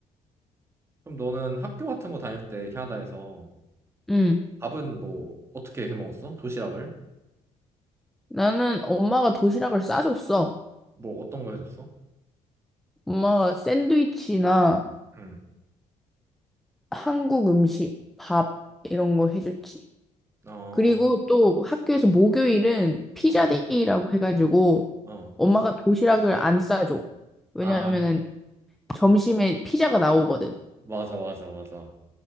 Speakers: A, on the right (about 20°); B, in the centre.
A: 그럼 너는 학교 같은 거 다닐 때 캐나다에서
B: 음.
A: 밥은 뭐 어떻게 해 먹었어? 도시락을?
B: 나는 엄마가 도시락을 싸줬어.
A: 뭐 어떤 거 해줬어?
B: 엄마가 샌드위치나
A: 응.
B: 한국 음식, 밥 이런 거 해줬지.
A: 어,
B: 그리고 또 학교에서 목요일은 피자데이라고
A: 어,
B: 해가지고
A: 어.
B: 엄마가 도시락을 안 싸줘. 왜냐하면은
A: 아,
B: 점심에 피자가 나오거든.
A: 맞아, 맞아, 맞아.